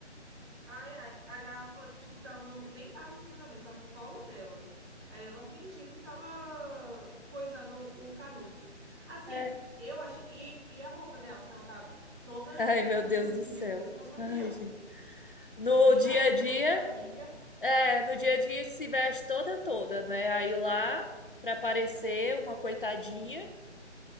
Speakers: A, on the right (about 25°); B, on the left (about 45°).
A: ai, ai, a garrafa, tipo, tava no, nem tava em cima da mesa, tava no colo dela. Aí ela fingindo que tava coisando o canudo. Assim,
B: É.
A: eu achei. E, e a roupa dela, que ela tava toda
B: Ai,
A: infantilzinha,
B: meu Deus do céu.
A: como se fosse uma
B: Ai,
A: criança.
B: gente. No
A: Nem
B: dia
A: parece
B: a
A: que
B: dia,
A: é mãe de família.
B: é, no dia a dia se veste toda toda, né? Aí lá, pra parecer uma coitadinha.